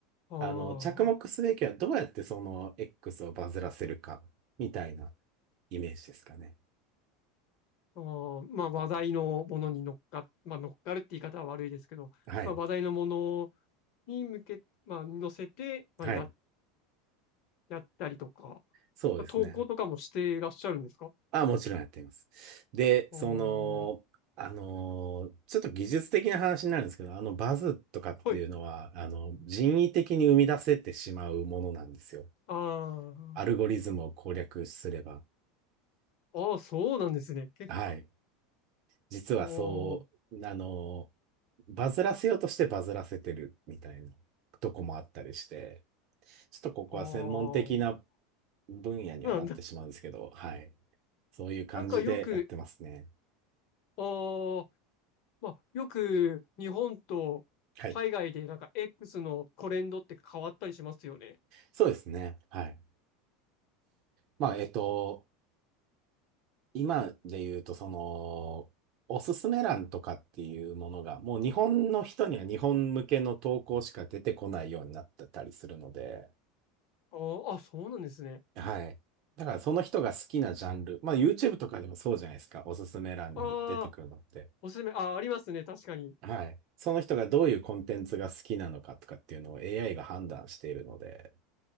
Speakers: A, on the left; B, on the right.
A: あー
B: あの、着目すべきはどうやってその X をバズらせるか、みたいなイメージですかね。
A: あー、まあ、話題のものに乗っか、まあ、乗っかるって言い方は悪いですけど、
B: はい。
A: まあ、話題のものに向け、まあ、乗せて、まあ、
B: はい。
A: や、やったりとか、
B: そうですね。
A: 投稿とかもしていらっしゃるんですかあ
B: あ、もちろんやっています。で、
A: あ
B: その、
A: ー、
B: あのーちょっと技術的な話になるんですけど、あのバズとかっていうのは、
A: はい。
B: あの、人為的に生み出せてしまうものなんですよ。
A: あ
B: アルゴリズムを攻略すれば。
A: あ、ああ、そうなんですね。結
B: はい。実はそう、
A: 構、
B: あのーバズらせようとしてバズらせてるみたいなとこもあったりして、ちょっとここは専門的な
A: ああ、あ
B: 分野にはなってしまうんですけど、
A: あ、なんだ、
B: はい。そういう感じでやってますね。
A: なんかよく、ああ、まあ、よく日本と海外でなんか
B: はい。
A: X のトレンドって変わったりしますよね。
B: そうですね。はい。まあ、えっと、今で言うと、その、おすすめ欄とかっていうものが、もう日本の人には日本向けの投稿しか出てこないようになってたりするので、
A: ああ、あ、そうなんですね。
B: はい。だからその人が好きなジャンル、まあ YouTube とかでもそうじゃないですか、おすすめ欄に出てくるのって。
A: ああ、おすすめ、ああ、ありますね、確かに。
B: はい。その人がどういうコンテンツが好きなのかとかっていうのを AI が判断しているので